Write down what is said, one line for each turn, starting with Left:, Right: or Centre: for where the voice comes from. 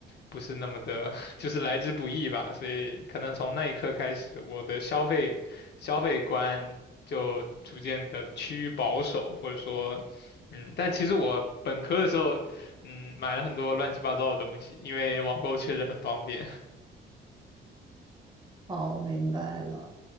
Left: 不是那么的，<laughs> 就是来之不易吧，所以可能从那一刻开始，我的消费消费观就逐渐的趋于保守，或者说。嗯，但其实我本科的时候嗯，买了很多乱七八糟的东西，因为网购确实很方便。
Right: 好，明白了。